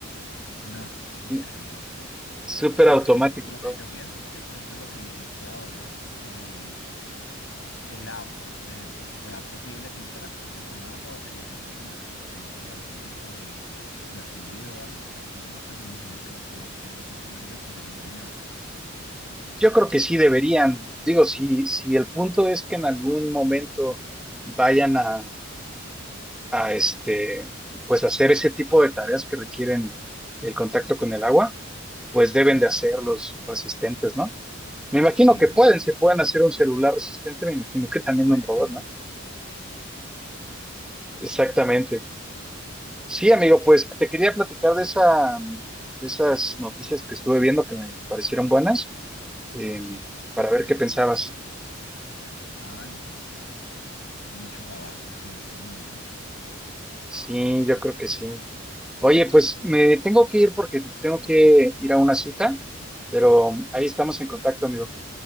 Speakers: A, on the left; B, in the centre.
A: No,
B: Sí,
A: increíble.
B: súper
A: Lo
B: automático
A: que, lo
B: todo.
A: que yo pienso es que, por ejemplo, lo que dijiste ahora, que el agua, por ejemplo, ¿será posible que interactúen con agua o que los hagan como resistentes a algún tipo de, de fluido o algo? Porque si no, pues me imagino que las conexiones dentro de ellos se deben dañar.
B: Yo creo que sí deberían, digo, si, si el punto es que en algún momento vayan a, a este, pues hacer ese tipo de tareas que requieren el contacto con el agua, pues deben de hacerlos resistentes, ¿no? Me imagino
A: Sí,
B: que pueden, se pueden hacer un celular resistente, me imagino que también
A: pues
B: un robot,
A: sí,
B: ¿no? Exactamente. Sí, amigo, pues te quería platicar de esa, de esas noticias que estuve viendo que me parecieron buenas, eh,
A: sí.
B: para ver qué pensabas.
A: Ah, no, pues muchos avances en estos momentos.
B: Sí, yo creo que sí. Oye, pues me tengo que ir porque tengo que ir a una cita, pero ahí estamos en contacto, amigo.